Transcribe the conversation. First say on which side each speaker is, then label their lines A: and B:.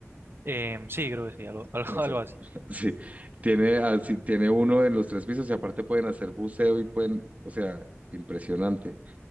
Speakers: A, on the right; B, on the right.
A: Em, sí, creo que sí, algo, <laughs> algo,
B: O sea,
A: algo así.
B: <laughs> sí, tiene, así, tiene uno en los tres pisos y aparte pueden hacer buceo y pueden, o sea, impresionante